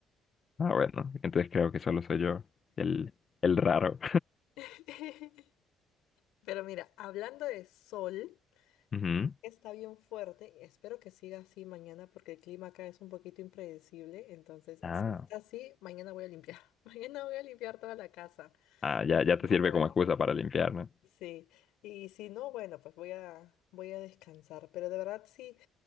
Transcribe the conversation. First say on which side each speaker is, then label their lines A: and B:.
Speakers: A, on the left (about 30°); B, on the left (about 85°).
A: Ah, bueno, entonces creo que solo soy yo el, el raro.
B: <laughs> Pero mira, hablando de sol,
A: <laughs> Ujú.
B: está bien fuerte. Espero que siga así mañana porque el clima acá es un poquito impredecible. Entonces,
A: Ah,
B: si está así, mañana voy a limpiar. <laughs> Mañana voy a limpiar toda la casa.
A: ah, ya,
B: Y si
A: ya te
B: no,
A: sirve
B: bueno,
A: como excusa para limpiar, no
B: sí. Y si no, bueno, pues voy a, voy a descansar. Pero de verdad, sí.